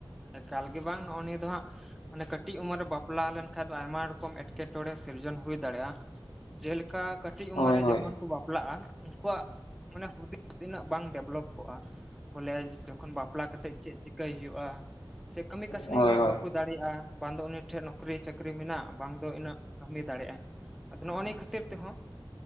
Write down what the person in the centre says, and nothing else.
ᱮᱠᱟᱞ ᱜᱮ ᱵᱟᱝ ᱱᱚᱜᱼᱚ ᱱᱤᱭᱟᱹ ᱫᱚ ᱦᱟᱸᱜ ᱢᱟᱱᱮ ᱠᱟᱹᱴᱤᱡ ᱩᱢᱮᱨ ᱨᱮ ᱵᱟᱯᱞᱟ ᱞᱮᱱᱠᱟᱱ ᱫᱚ ᱟᱭᱢᱟ ᱨᱚᱠᱚᱢ ᱮᱴᱠᱮ ᱮᱴᱠᱮᱴᱚᱬᱮ ᱥᱤᱨᱡᱚᱱ ᱦᱩᱭ ᱫᱟᱲᱮᱭᱟᱜᱼᱟ- ᱡᱮᱞᱮᱠᱟ ᱠᱟᱹᱴᱤᱡ ᱩᱢᱮᱨ
ᱨᱮ
ᱡᱚᱠᱷᱚᱱ ᱼᱼ ᱠᱚ ᱵᱟᱯᱞᱟᱜᱼᱟ ᱩᱱᱠᱩᱣᱟᱜ ᱢᱟᱱᱮ ᱦᱩᱫᱤᱥ ᱩᱱᱟᱹᱜ ᱵᱟᱝ ᱰᱮᱵᱷᱞᱚᱯ ᱠᱚᱜᱼᱟ᱾ ᱵᱚᱞᱮ ᱡᱚᱠᱷᱚᱱ ᱵᱟᱯᱞᱟ ᱠᱟᱛᱮᱫ ᱪᱮᱫ ᱪᱤᱠᱟᱹᱭ ᱦᱩᱭᱩᱜᱼᱟ ᱥᱮ ᱠᱟᱹᱢᱤ ᱠᱟᱹᱥᱱᱤ
ᱦᱚᱸ ᱩᱱᱟᱹᱜ
ᱵᱟᱠᱚ ᱫᱟᱲᱮᱭᱟᱜᱼᱟ ᱵᱟᱝ ᱫᱚ ᱩᱱᱤ ᱴᱷᱮᱱ ᱱᱚᱠᱨᱤ ᱪᱟᱹᱠᱨᱤ ᱢᱮᱱᱟᱜ ᱵᱟᱝ ᱫᱚ ᱩᱱᱟᱹᱜ ᱠᱟᱹᱢᱤ ᱫᱟᱲᱮᱭᱟᱜᱼᱟ। ᱟᱫᱚ ᱱᱚᱜᱼᱚ ᱱᱤᱭᱟᱹ ᱠᱷᱟᱹᱛᱤᱨ ᱛᱮᱦᱚᱸ